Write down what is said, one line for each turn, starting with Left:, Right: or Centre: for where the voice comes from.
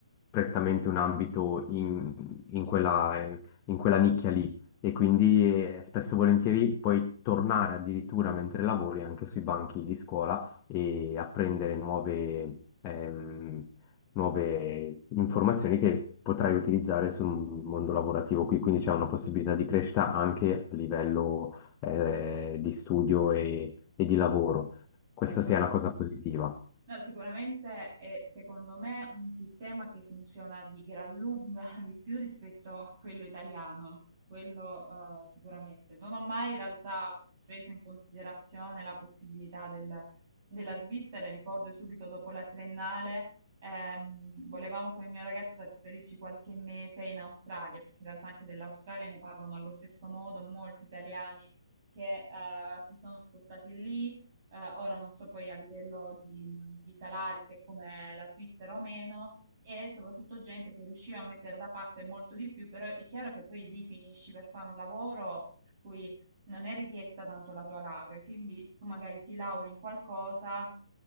Left: prettamente un ambito in, in quella, in quella nicchia lì e quindi eh, spesso e volentieri puoi tornare addirittura mentre lavori anche sui banchi di scuola e apprendere nuove... ehm, nuove informazioni che potrai utilizzare sul mondo lavorativo qui, quindi c'è una possibilità di crescita anche a livello eh, di studio e, e di lavoro. Questa
Right: È forma-
Left: sia una cosa positiva.
Right: No, sicuramente è secondo me un sistema che funziona di gran lunga <laughs> di più rispetto a quello italiano, quello eh, sicuramente. Non ho mai in realtà preso in considerazione la possibilità del- della Svizzera, ricordo subito dopo la triennale ehm, volevamo con il mio ragazzo trasferirci qualche mese in Australia, perché in realtà anche dell'Australia ne parlano allo stesso modo molti italiani che eh, si sono spostati lì eh, ora non so poi a livello di, di salari se come la Svizzera o meno, e soprattutto gente che riusciva a mettere da parte molto di più, però è chiaro che poi lì finisci per fare un lavoro per cui non è richiesta tanto la tua laurea, quindi tu magari ti lauri in qualcosa